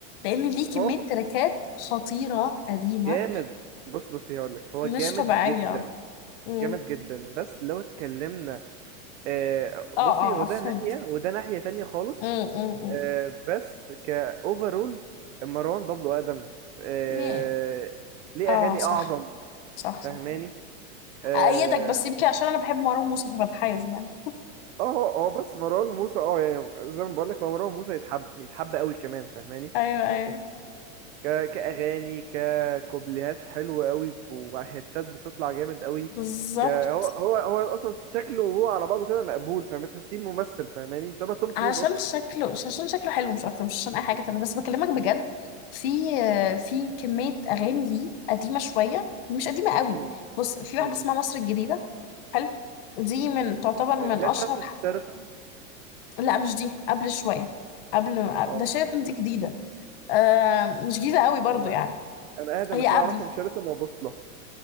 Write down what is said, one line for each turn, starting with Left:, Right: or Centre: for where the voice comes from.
Left: لأن ليه كمية
Right: هو
Left: تراكات خطيرة قديمة
Right: جامد بص بص هقول لك هو
Left: مش
Right: جامد
Left: طبيعية
Right: جدا
Left: امم
Right: جامد جدا بس لو اتكلمنا آه
Left: اه
Right: بصي
Left: اه
Right: هو
Left: آه،
Right: ده
Left: فهمت
Right: ناحية وده ناحية تانية خالص
Left: امم امم
Right: آه بس كأوفرول مروان بابلو أقدم آه
Left: يه.
Right: ليه
Left: اه
Right: أغاني
Left: صح
Right: أعظم
Left: صح صح
Right: فاهماني اه
Left: أأيدك بس يمكن عشان أنا بحب مروان موسى فبتحيز يعني
Right: اه هو هو بس مروان موسى اه يعني زي ما بقول لك هو مروان موسى يتحب يتحب قوي كمان فاهماني
Left: أيوه أيوه
Right: ك... كأغاني ككوبليهات حلوة قوي وهتات بتطلع جامد قوي
Left: بالظبط
Right: ك... هو هو هو أصلا شكله وهو على بعضه كده مقبول فاهم تحسيه ممثل فاهماني شبه توم كروز
Left: عشان
Right: أصلا
Left: شكله مش عشان شكله حلو مش اكتر مش عشان اي حاجه تانية بس بكلمك بجد في في كميه اغاني ليه قديمه شويه مش قديمه قوي
Right: امم
Left: بص في واحده
Right: امم
Left: اسمها مصر الجديده حلو دي من تعتبر من
Right: لا
Left: اشهر
Right: بتاعت الشيراتون
Left: ح- لا مش دي قبل شويه قبل
Right: اه
Left: ده شايف دي جديده آه مش جديده قوي برضو
Right: أنا
Left: يعني
Right: أنا أقدم
Left: هي
Right: اتنين
Left: قبل
Right: أعرفهم شيراتون وبوصلة